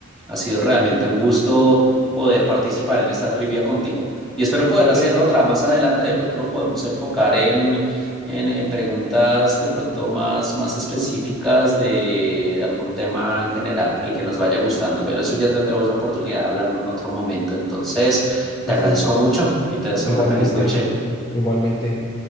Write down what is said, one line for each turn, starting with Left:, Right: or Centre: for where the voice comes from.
Centre: ha sido realmente un gusto poder participar en esta trivia contigo y espero poder hacer
Left: Sí,
Centre: otra más adelante. De pronto lo podemos enfocar en, en, eh, preguntas de pronto más, más específicas de algún tema en general, el que nos vaya gustando, pero eso ya tendremos la oportunidad de hablarlo en otro momento. Entonces, te
Left: sí,
Centre: agradezco
Left: sí,
Centre: mucho y te deseo
Left: igualmente,
Centre: una feliz noche.
Left: igualmente.